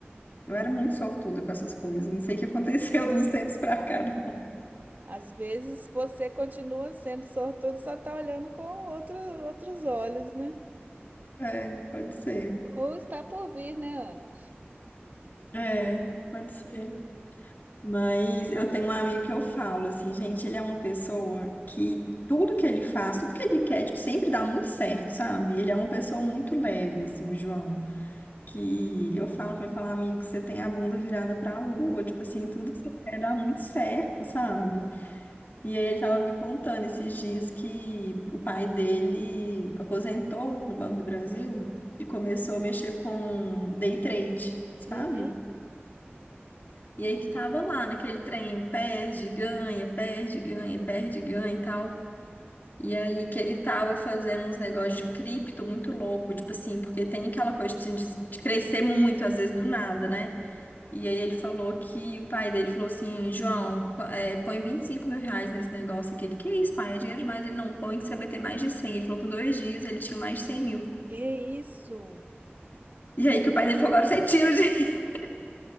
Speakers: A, on the left; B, on the right.
A: eu era muito sortuda com essas coisas. Não sei o que aconteceu <laughs> de uns tempos pra cá, não.
B: às vezes você continua sendo sortudo, só tá olhando com outro, outros olhos, né?
A: É, pode ser.
B: Ou está por vir, né, Ana?
A: É, pode ser. Mas eu tenho um amigo que eu falo assim, gente, ele é uma pessoa que tudo que ele faz, tudo que ele quer, tipo, sempre dá muito certo, sabe? Ele é uma pessoa muito leve, assim, o João. Que eu falo pra ele, falo amigo, você tem a bunda virada pra lua, tipo assim, tudo que você quer dá muito certo, sabe? E aí ele tava me contando esses dias que o pai dele aposentou no Banco do Brasil e começou a mexer com day trade, sabe?
B: Uhum.
A: E aí que tava lá naquele trem, perde, ganha, perde, ganha, perde, ganha e tal. E aí que ele tava fazendo uns negócios de cripto muito louco, tipo assim, porque tem aquela coisa tipo assim, de, de crescer muito, às vezes do nada, né? E aí ele falou que o pai dele falou assim, João, qu- é, põe 25 mil reais nesse negócio aqui. Ele, que isso, pai, é dinheiro demais. Ele, não, põe que você vai ter mais de 100. Ele falou que em dois dias ele tinha mais de 100 mil.
B: Que isso?
A: E aí que o pai dele falou, agora você tira o dinheiro. <laughs>